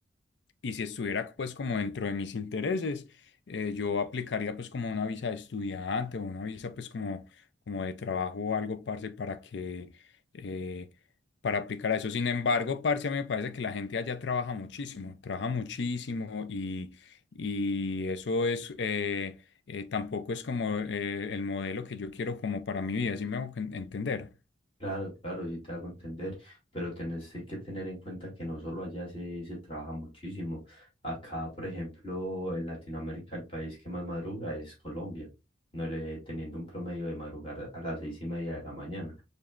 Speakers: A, on the left; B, on the left.
A: Y si estuviera pues como dentro de mis intereses, eh, yo aplicaría pues como una visa de estudiante o una visa pues como, como de trabajo o algo, parce, para que, eh, para aplicar a eso. Sin embargo, parce, a mí me parece que la gente allá trabaja muchísimo, trabaja muchísimo y, y eso es, eh, eh, tampoco es como eh, el modelo que yo quiero como para mi vida, ¿sí me hago enten- entender?
B: Claro, claro, sí te hago entender, pero tenés que tener en cuenta que no solo allá se, se trabaja muchísimo. Acá, por ejemplo, en Latinoamérica, el país que más madruga es Colombia, no le- teniendo un promedio de madrugar a las seis y media de la mañana.